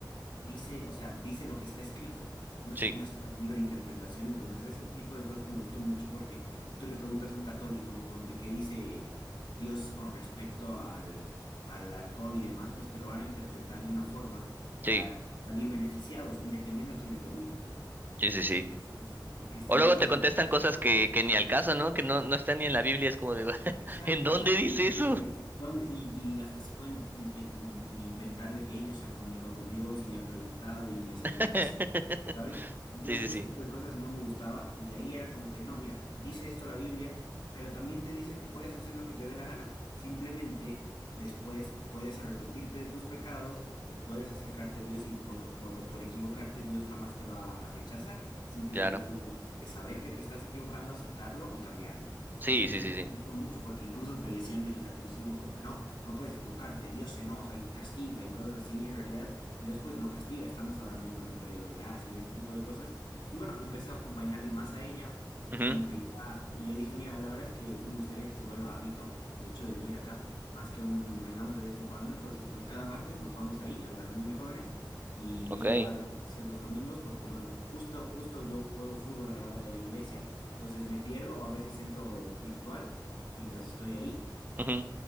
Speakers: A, on the left; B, on the right.
A: dice, o sea, dice lo que está escrito, no es
B: Sí,
A: nuestra libre interpretación. Entonces, ese tipo de cosas me gustó mucho porque si tú le preguntas a un católico, ponte qué dice Dios con respecto al, al alcohol y demás, pues te lo van a interpretar de una forma para
B: sí,
A: salir beneficiados y dependiendo a quién le preguntes.
B: sí, sí, sí.
A: Entonces, el cristianismo
B: O luego te
A: es no.
B: contestan cosas que, que ni al caso, ¿no? Que no, no están ni en la Biblia, es como de, <laughs>
A: Exacto,
B: ¿en dónde
A: exacto.
B: dice
A: Y es
B: eso?
A: como que, ¿dónde? Y, y hasta se pueden in- inte- in- inventar de que ellos se han comunicado con Dios y le han preguntado y les ha
B: <laughs>
A: dicho que sí, ¿sabes? Entonces
B: Sí, sí,
A: ese
B: sí,
A: tipo de cosas no me gustaba y ahí era como que, no, mira, dice esto la Biblia, pero también te dice que puedes hacer lo que te dé la gana. Simplemente después puedes arrepentirte de tus pecados y puedes acercarte a Dios y por, por, por equivocarte Dios jamás te va a rechazar. Simplemente
B: claro.
A: tienes que saber que te estás equivocando, aceptarlo y cambiarlo.
B: Sí,
A: Entonces
B: sí,
A: eso
B: sí, sí.
A: me gustó mucho porque incluso te decían en el catolicismo como que no, no puedes equivocarte, Dios se enoja y castiga y cosas así, y en realidad Dios pues no castiga, estamos ahora mismo en un periodo de gracia y ese tipo de cosas. Y bueno, empecé a acompañarle más a ella y
B: Ujú,
A: como que ya le dije, mira, la verdad es que me gustaría que se vuelva hábito el hecho de venir acá, más que un vengamos de vez en cuando, entonces pues cada martes nos vamos ahí a la reunión de jóvenes y
B: ok.
A: ella va a la iglesia los domingos porque bueno, justo, justo yo juego fútbol a la hora de la iglesia. Entonces me pierdo o a veces entro virtual mientras estoy ahí.
B: Ujú.